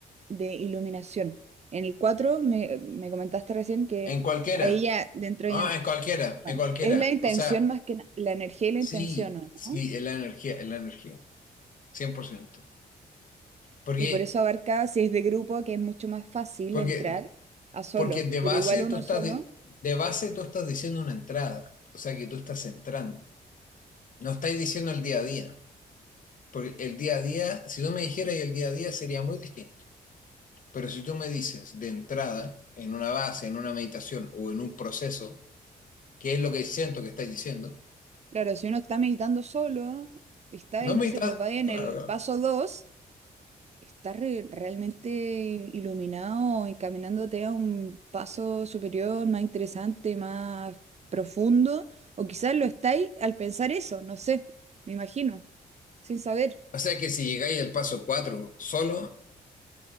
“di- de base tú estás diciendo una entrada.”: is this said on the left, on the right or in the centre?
Left